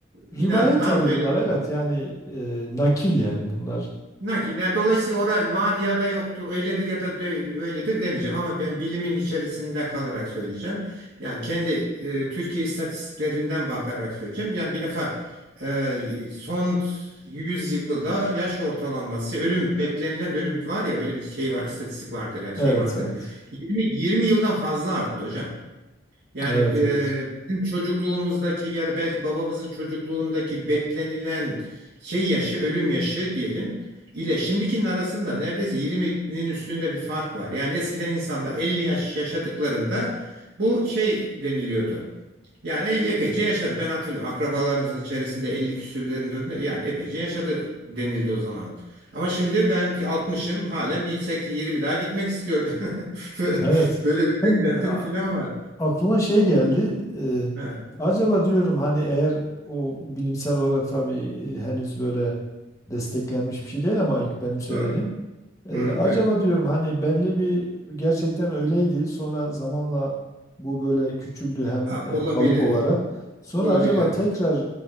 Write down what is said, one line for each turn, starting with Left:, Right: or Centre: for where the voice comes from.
Left: Rivayet
Right: inanan
Left: tabii
Right: öyle
Left: bunlar. Evet
Right: olur.
Left: yani e, nakil yani bunlar.
Right: Nakil. Yani dolayısıyla orada var ya da yoktur, öyledir ya da dö- öyledir demeyeceğim ama ben bilimin içerisinde kalarak söyleyeceğim. Yani kendi e, Türkiye istatistiklerinden bakarak söyleyeceğim. Yani bir defa e, son 100 yılda yaş ortalaması, ölüm beklenilen ölüm var ya öyle bir şey var, istatistik vardır yani
Left: Evet
Right: şey vardır.
Left: evet.
Right: 20, 20 yıldan fazla arttı hocam. Yani
Left: Evet
Right: e,
Left: evet.
Right: bizim çocukluğumuzdaki ya da belki babamızın çocukluğundaki beklenilen şey yaşı, ölüm yaşı diyelim ile şimdikinin arasında neredeyse 20'nin üstünde bir fark var. Yani eskiden insanlar 50 yaş yaşadıklarında bu şey deniliyordu. Yani e- epeyce yaşadı. Ben hatırlıyorum. Akrabalarımızın içerisinde 50 küsürlerinde öldü. yani epeyce yaşadı denildi o zaman. Ama şimdi ben ki 60'ım halen bir 80 20 daha gitmek istiyorum. <laughs> Böyle,
Left: Evet.
Right: böyle bir
Left: Ben
Right: beklentim
Left: a-
Right: falan var.
Left: aklıma şey geldi. e,
Right: He.
Left: acaba diyorum hani eğer o bilimsel olarak tabii e, henüz böyle desteklenmiş bir şey değil ama ilk benim söylediğim.
Right: Evet.
Left: Ee,
Right: Hmm,
Left: acaba
Right: ben.
Left: diyorum hani belli bir gerçekten öyleydi. Sonra zamanla bu böyle küçüldü hem
Right: Ha,
Left: e,
Right: olabilir.
Left: kalıp olarak. Sonra
Right: Olabilir.
Left: acaba tekrar